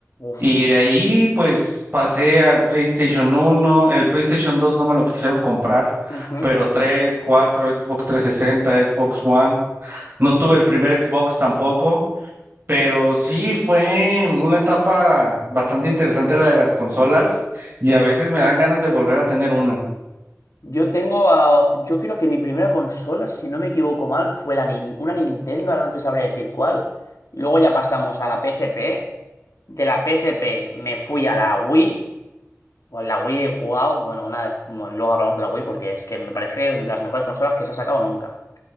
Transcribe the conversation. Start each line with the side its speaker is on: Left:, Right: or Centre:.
Left: Ostras.
Right: Y de ahí pues pasé al PlayStation 1, el PlayStation 2 no me lo quisieron comprar,
Left: ujú.
Right: pero 3 4 Xbox 360, Xbox One. No tuve el primer Xbox tampoco, pero sí fue una etapa bastante interesante la de las consolas y a veces me dan ganas de volver a tener una.
Left: Yo tengo a- yo creo que mi primera consola, si no me equivoco mal, fue la Nin- una Nintendo, ahora no te sabría decir cuál. Luego ya pasamos a la PSP. De la PSP me fui a la Wii. Bueno, La Wii he jugado, bueno, una, de- bueno, luego hablamos de la Wii porque es que me parece de las mejores consolas que se ha sacado nunca.